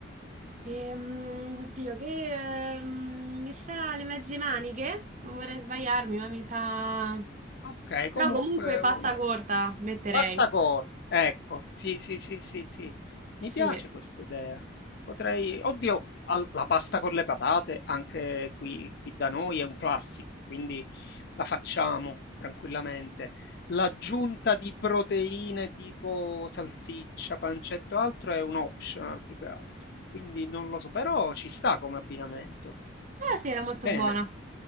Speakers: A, on the right; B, on the left.
A: Ehm, oddio, che ehm, mi sa le mezze maniche? Non vorrei sbagliarmi, ma mi sa.
B: Okay, comunque
A: Però comunque pasta
B: u
A: corta metterei.
B: Bastacore, ecco, sì, sì, sì, sì, sì, mi
A: Sì.
B: piace
A: Eh
B: questa idea. Potrei, oddio, al- la pasta con le patate anche qui, qui da noi è un classico, quindi la facciamo tranquillamente. L'aggiunta di proteine tipo salsiccia, pancetto, altro è un optional più che altro, quindi non lo so, però ci sta come abbinamento.
A: sì, era molto
B: Bene.
A: buona.